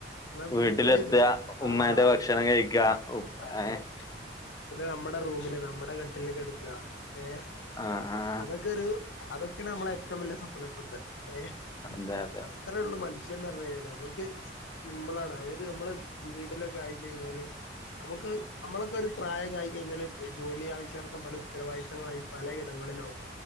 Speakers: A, on the left; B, on the left.
A: ന്ന വീട്ടില്
B: വീട്ടിലെത്തുക
A: നിക്
B: ഉമ്മാന്റെ
A: ആഹ് അത്
B: ഭക്ഷണം കഴിക്കുക
A: അതെ.
B: ഏഹ്
A: പിന്നെ നമ്മുടെ റൂമില് നമ്മുടെ കട്ടില് കെട്ക്കാ ഏഹ്
B: ആഹ് ആഹ്.
A: അതൊക്കെ ഒരു അതൊക്കെയാണ് നമ്മളെ ഏറ്റവും വലിയ സ്വപ്നപുട്ട് ഏഹ്
B: അതെ അതെ
A: അത്രേള്ളൂ മനുഷ്യൻ പറഞ് കഴിഞ്ഞാൽ നമക്ക് <unintelligible> അവര് നമ്മള് വീടിലൊക്കെ ആയി കഴിഞ്ഞാല് നമുക്ക് നമ്മളൊക്കെ ഒരു പ്രായം കഴിഞ്ഞേഞ്ഞാല് ജോലി ആവശ്യാർത്തം പല ഉത്തരവാദിത്തവങ്ങളായി പലയിടങ്ങളിലാവും